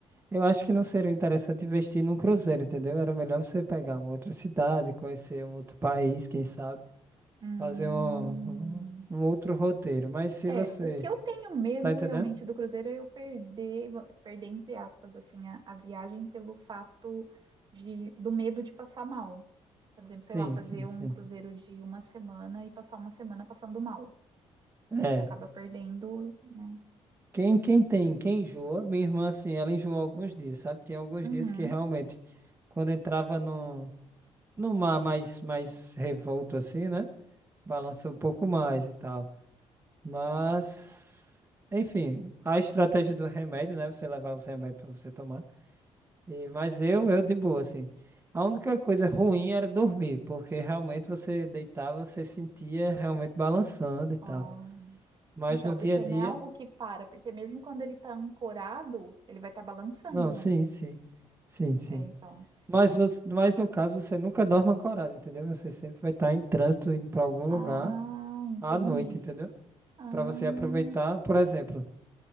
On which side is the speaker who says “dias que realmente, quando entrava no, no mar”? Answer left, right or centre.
Right